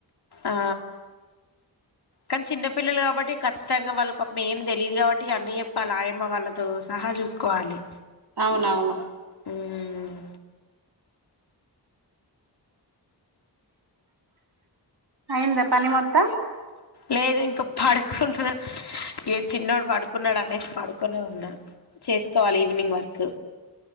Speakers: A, on the left; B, on the right.
A: ఆ కానీ చిన్న పిల్లలు కాబట్టి ఖచ్చితంగా వాళ్ళు పాపం ఏం తెలియదు కాబట్టి అన్ని చెప్పాలి ఆయమ్మ వాళ్ళతో సహా చూసుకోవాలి
B: అవునవును
A: ఉమ్
B: అయిందా పని మొత్తం
A: లేదు ఇంకా పడుకుంటున్నా ఇగ చిన్నోడు పడుకున్నాడు అనేసి కునేఉన్నా చేసుకోవాలి ఈవినింగ్ వర్క్.